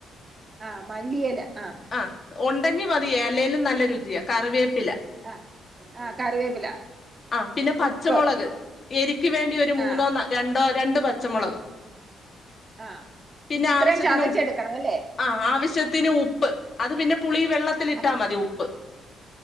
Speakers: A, on the right (about 30°); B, on the left (about 40°).
A: ആഹ മല്ലിയെല ആഹ
B: ആഹ് ഉണ്ടെങ്കി മതിയേ അല്ലേലും നല്ല രുചിയാ കറിവേപ്പില
A: ആഹ് ആഹ് കറിവേപ്പില
B: ആഹ് പിന്നെ പച്ചമുളക്
A: ഉപ്പ്
B: എരിക്ക് വേണ്ടി ഒരു മൂന്നോ
A: ആഹ്
B: രണ്ടോ രണ്ട് പച്ചമുളക്
A: ആഹ്
B: പിന്നെ
A: ഇത് ഇത്രയും
B: ആവശ്യത്തിന്
A: ചതച്ചെടുക്കണം
B: ഉ
A: അല്ലേ?
B: ആഹ് ആവശ്യത്തിന് ഉപ്പ് അത് പിന്നെ പുളി വെള്ളത്തിലിട്ടാൽ
A: ആഹ്
B: മതി ഉപ്പ്.